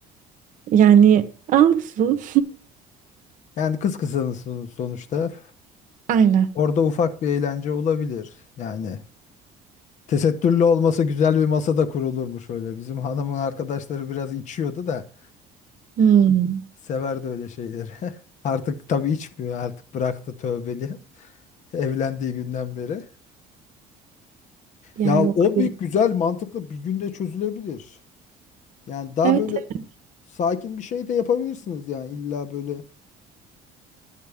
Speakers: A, on the right; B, on the left.
A: Yani alsın.
B: Yani kız kızanısın sonuçta.
A: Aynen.
B: Orada ufak bir eğlence olabilir. Yani tesettürlü olmasa güzel bir masa da kurulurmuş öyle. Bizim hanımın arkadaşları biraz içiyordu da
A: Hmm.
B: severdi öyle şeyleri. <laughs> Artık tabii içmiyor artık bıraktı tövbeli. <laughs> Evlendiği günden beri.
A: Ya
B: Ya
A: yok
B: o
A: biz.
B: bir güzel mantıklı bir günde çözülebilir. Yani daha
A: Evet
B: böyle
A: evet.
B: sakin bir şey de yapabilirsiniz yani illa böyle